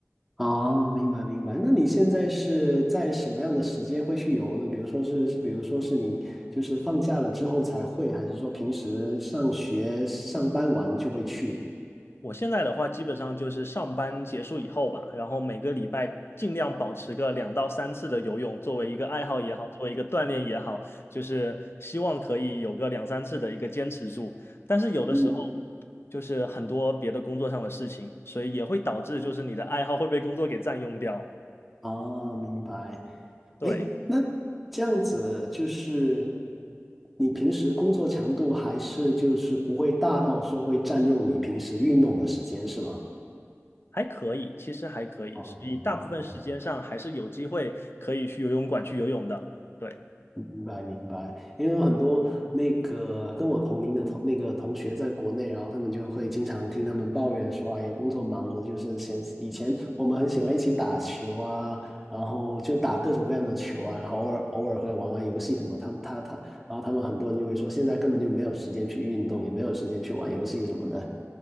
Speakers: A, in the centre; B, on the left.
A: 哦，明白明白。那你现在是在什么样的时间会去游呢？比如说是是，比如说是你就是放假了之后才会，还是说平时上学上班完就会去？
B: 我现在的话，基本上就是上班结束以后吧，然后每个礼拜尽量保持个两到三次的游泳，作为一个爱好也好，作为一个锻炼也好，就是希望可以有个两三次的一个坚持住。但是有的时候
A: 嗯，
B: 就是很多别的工作上的事情，所以也会导致就是你的爱好会被工作给占用掉。
A: 哦，明白。
B: 对，
A: 哎，那这样子就是你平时工作强度还是就是不会大到说会占用你平时运动的时间，是吗？
B: 还可以，其实还可以，所以大部分时间上还是有机会可以去游泳馆去游泳的。
A: 哦，
B: 对。
A: 明白明白，因为有很多那个跟我同龄的同那个同学在国内，然后他们就会经常听他们抱怨说啊，有工作忙的，就是前以前我们很喜欢一起打球啊，然后就打各种各样的球啊，然后偶尔偶尔会玩玩游戏什么，他们他他，然后他们很多人就会说，现在根本就没有时间去运动，也没有时间去玩游戏什么的。